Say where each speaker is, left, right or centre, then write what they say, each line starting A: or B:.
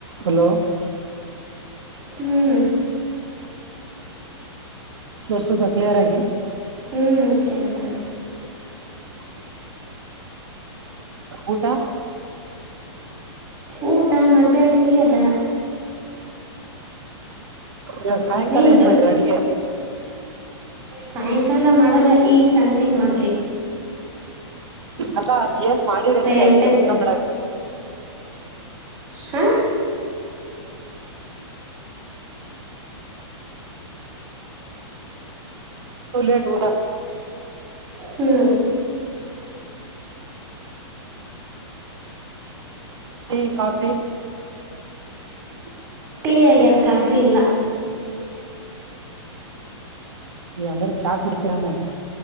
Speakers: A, on the right; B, on the right.
A: Hello.
B: ಹ್ಮ್.
A: ತೋರ್ಸದ clear ಆಗಿ.
B: ಹ್ಮ ಕೇಳ್ತಾದ.
A: ಹ್ಮ್. ಊಟಾ.
B: ಊಟ ಮಧ್ಯಾಹ್ನಗೆ ಅದ,
A: ಇವ್ವತು ಸಾಯಂಕಾಲ
B: ನಿಂದು
A: ಏನ್ ಮಾಡ್ರ ಅಡಿಗೆ.
B: ಸಾಯಂಕಾಲ ಮಾಡಲ್ಲ. ಈಗ ಸಂಜಿಕಿ ಮಾಡ್ತಿವಿ.
A: ಅದಾ ಏನ್ ಮಾಡಿರಂತೆ
B: ಎಂಟಕ್ಕೆ
A: ಅಡುಗೆ ಹಊಟ ಮಾಡಕ್. <inaudible>
B: ಹ
A: ಒ ಲೇಟ್ ಊಟ.
B: ಹ್ಞೂ
A: ಟೀ ಕಾಫಿ <inaudible>
B: ಟೀ ಆಗ್ಯದ್ ಕಾಫಿ ಇಲ್ಲ.
A: ನೀ ಅಂದ್ರೆ ಚಾ ಕುಡತಿರ ಅನ್ನ.